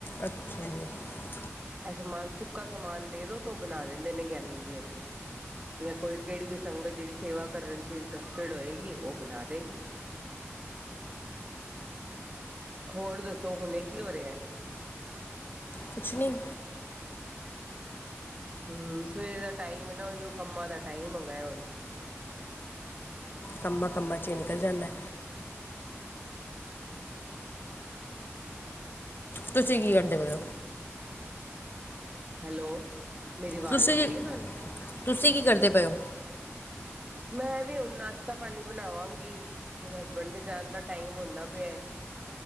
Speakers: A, on the left; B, on the right.
A: ਅੱਛਾ <unintelligible>
B: ਇਹ ਸਮਾਨ ਸੁੱਕਾ ਸਮਾਨ ਦੇ ਦੋ ਤੇ ਉਹ ਬਣਾ ਦਿੰਦੇ ਨੇ ਗਿਆਨੀ ਜੀ ਉੱਥੇ ਜਾਂ ਕੋਈ ਕਿਹੜੀ ਵੀ ਸੰਗਤ ਜਿਹੜੀ ਸੇਵਾ ਕਰਨ ਚ ਇੰਟਰਸਟਡ ਹੋਏਗੀ ਉਹ ਬਣਾ ਦੇਵੇਗੀ ਹੋਰ ਦੱਸੋ ਹੁਣੇ ਕੀ ਹੋ ਰਿਹਾ
A: ਕੁਛ ਨਹੀਂ
B: ਹੂੰ ਸਵੇਰ ਦਾ ਟਾਈਮ ਨਾ ਉਹੀ ਉਹ ਕੰਮਾਂ ਦਾ ਟਾਈਮ ਆਗਾ ਹੁਣ।
A: ਕੰਮਾਂ ਕੰਮਾਂ 'ਚ ਨਿਕਲ ਜਾਂਦਾ। ਤੁਸੀਂ ਕੀ ਕਰਦੇ ਪਏ ਹੋ।
B: ਹੈਲੋ ਮੇਰੀ ਆਵਾਜ਼
A: ਤੁਸੀਂ
B: ਆਉਂਦੀ ਹੈ ਤੁਹਾਨੂੰ
A: ਤੁਸੀਂ ਕੀ ਕਰਦੇ ਪਏ ਹੋ।
B: ਮੈਂ ਵੀ ਹੁਣ ਨਾਸ਼ਤਾ ਪਾਣੀ ਬਣਾਵਾਂਗੀ ਹੁਣ ਹਸਬੈਂਡ ਦੇ ਜਾਣ ਦਾ ਟਾਈਮ ਹੁੰਦਾ ਪਿਆ ਏ।